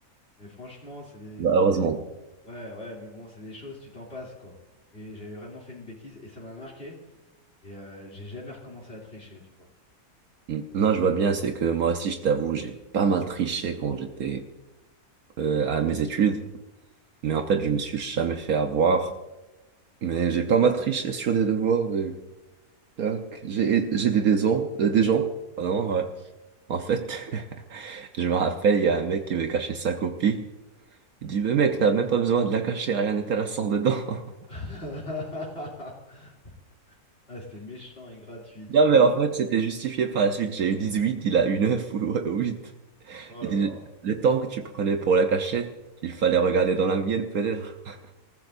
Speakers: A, on the left; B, on the right.
A: Mais franchement, c'est des,
B: Bah,
A: c'est
B: heureusement.
A: des- Ouais, ouais, mais bon, c'est des choses, tu t'en passes, quoi. Et j'ai vraiment fait une bêtise et ça m'a marqué. Et euh, j'ai jamais recommencé à tricher, tu vois.
B: Mm. Non, je vois bien, c'est que moi aussi, je t'avoue, j'ai pas mal triché quand j'étais euh, à mes études, mais en fait, je me suis jamais fait avoir. Mais j'ai pas mal triché sur des devoirs. euh, tac. J'ai j'ai des, des, gens euh, des gens. Pardon, ouais. En fait, <laughs> je me rappelle, il y a un mec qui veut cacher sa copie. Il dit, mais mec, t'as même pas besoin de la cacher, rien d'intéressant dedans. <laughs>
A: <laughs> Ah, c'était méchant et gratuit, tu
B: Non,
A: vois.
B: mais en fait, c'était justifié par la suite. J'ai eu dix huit il a eu 9 ou ou huit
A: Oh
B: Il
A: là
B: dit,
A: là.
B: le temps que tu prenais pour la cachette, il fallait regarder dans la mienne, peut-être. <laughs>